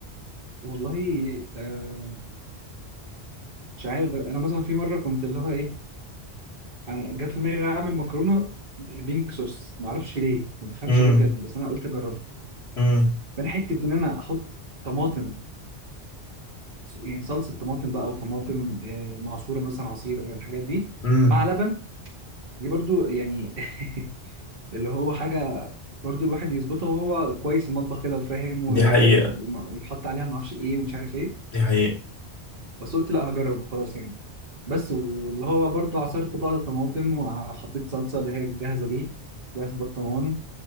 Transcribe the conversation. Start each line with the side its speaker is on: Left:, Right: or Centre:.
Right: والله آه، مش عارف انا مثلا في مره كنت اللي هو ايه انا جت في دماغي اعمل مكرونه بينك صوص ما اعرفش ليه ما تفهمش
Left: امم
Right: ليه بجد بس انا قلت اجربها
Left: امم
Right: فانا حته ان انا احط طماطم يعني صلصه طماطم بقى او طماطم آه، معصوره مثلا عصير آه، الحاجات دي
Left: امم
Right: مع لبن دي برضو يعني <laughs> اللي هو حاجه برضو الواحد يظبطها وهو كويس في المطبخ كده وفاهم ويتحط
Left: دي حقيقه
Right: عليها ما اعرفش ايه ومش عارف ايه
Left: دي حقيقه
Right: بس قلت لا هجرب خلاص يعني بس واللي هو برضو عصرت بقى طماطم وحطيت صلصه اللي هي الجاهزه دي بقى في برطمان